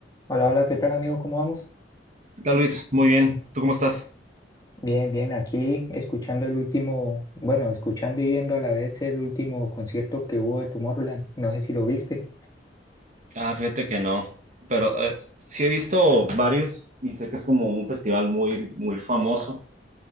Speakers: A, on the left (about 20°); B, on the right (about 45°).
A: Hola, hola, ¿qué tal amigo? ¿Cómo vamos?
B: ¿Qué tal, Luis? Muy bien. ¿Tú cómo estás?
A: Bien, bien, aquí escuchando el último, bueno, escuchando y viendo a la vez el último concierto que hubo de Tomorrowland, no sé si lo viste,
B: Ah, fíjate que no, Pero eh, sí he visto varios y sé que es como un festival muy, muy famoso.